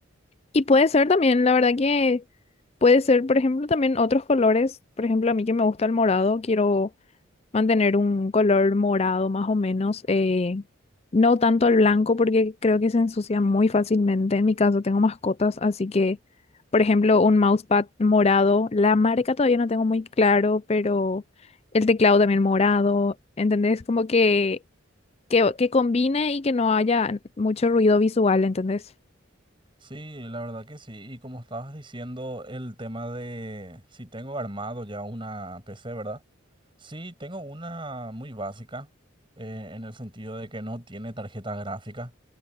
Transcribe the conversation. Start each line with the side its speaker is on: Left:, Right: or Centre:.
Left: Y puede ser también, la verdad que puede ser, por ejemplo, también otros colores. Por ejemplo, a mí que me gusta el morado, quiero mantener un color morado más o menos, eh, no tanto el blanco porque creo que se ensucia muy fácilmente. En mi caso tengo mascotas, así que, por ejemplo, un mousepad morado, la marca todavía no tengo muy claro, pero el teclado también morado, ¿entendés? Como que, que, que combine y que no haya mucho ruido visual, ¿entendés?
Right: Sí, la verdad que sí. Y como estabas diciendo, el tema de si tengo armado ya una PC, ¿verdad? Sí, tengo una muy básica, eh, en el sentido de que no tiene tarjeta gráfica.